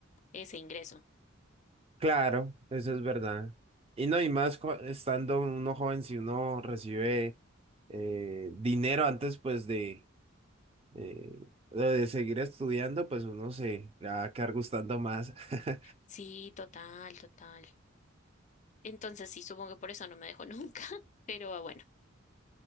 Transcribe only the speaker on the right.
Claro, eso es verdad. Y no, y más cu- estando uno joven, si uno recibe eh, dinero antes pues de, eh, de seguir estudiando, pues uno se le va a quedar gustando más. <laughs>